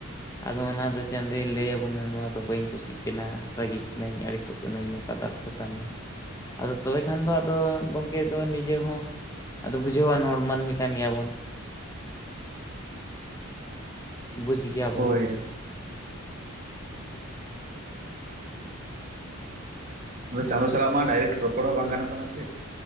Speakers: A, on the left; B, on the right.
A: ᱟᱫᱚ ᱚᱱᱟ ᱫᱚ ᱪᱟᱸᱫᱳᱭ ᱞᱟᱹᱭᱟᱵᱚᱱᱟ ᱱᱚᱣᱟ ᱫᱚ ᱵᱟᱹᱧ ᱠᱩᱥᱤᱜ ᱠᱟᱱᱟ, ᱨᱟᱹᱜᱤᱜ ᱠᱟᱹᱱᱟᱹᱧ ᱟᱹᱲᱤᱥᱚᱜ ᱠᱟᱹᱱᱟᱹᱧ᱾ ᱟᱫᱚ ᱟᱞᱚᱯᱮ ᱠᱟᱹᱢᱤᱭᱟ, ᱟᱫᱚ ᱛᱚᱵᱮ ᱠᱷᱟᱱ ᱫᱚ ᱟᱫᱚ ᱜᱚᱢᱠᱮ ᱫᱚ ᱱᱤᱡᱮ ᱦᱚᱸ ᱟᱫᱚ ᱵᱩᱡᱷᱟᱹᱣᱟᱱ ᱦᱚᱲ ᱢᱟᱹᱱᱢᱤ ᱠᱟᱱ ᱜᱮᱭᱟ ᱵᱚᱱ᱾ ᱵᱩᱡ ᱜᱮᱭᱟ
B: ᱦᱳᱭ
A: ᱵᱩᱱ᱾
B: ᱪᱟᱸᱫᱳ
A: ᱟᱫᱚ
B: ᱥᱟᱞᱟᱜ
A: ᱪᱮᱫ
B: ᱢᱟ ᱰᱟᱭᱨᱮᱴ ᱨᱚᱯᱚᱲ ᱦᱚᱸ ᱵᱟᱝ ᱜᱟᱱᱚᱜ ᱠᱟᱱᱟ ᱥᱮ᱾